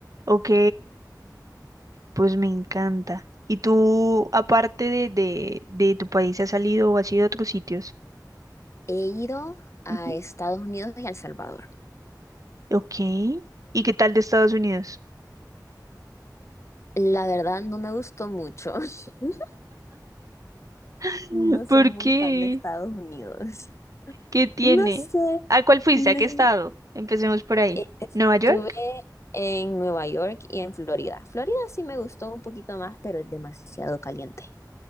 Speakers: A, on the right; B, on the left.
A: Ok, pues me encanta. ¿Y tú, aparte de, de, de tu país, has salido o has ido a otros sitios?
B: He ido a
A: Ujú,
B: Estados Unidos y a El Salvador.
A: Ok. ¿Y qué tal de Estados Unidos?
B: La verdad no me gustó mucho. <laughs>
A: <laughs>
B: No
A: ¿Por
B: soy muy
A: qué?
B: fan de Estados Unidos.
A: ¿Qué tiene?
B: No sé.
A: ¿A cuál fuiste?
B: me-
A: ¿A qué estado? Empecemos por ahí.
B: eh, Estuve
A: ¿Nueva York?
B: en Nueva York y en Florida. Florida sí me gustó un poquito más, pero es demasiado caliente.